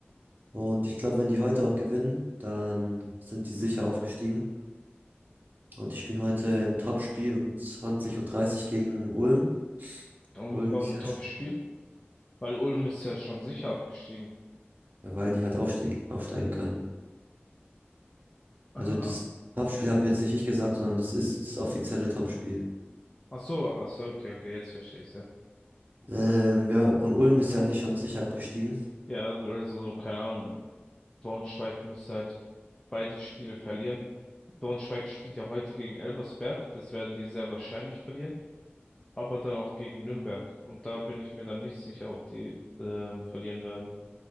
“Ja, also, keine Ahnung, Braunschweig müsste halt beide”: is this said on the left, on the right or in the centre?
Left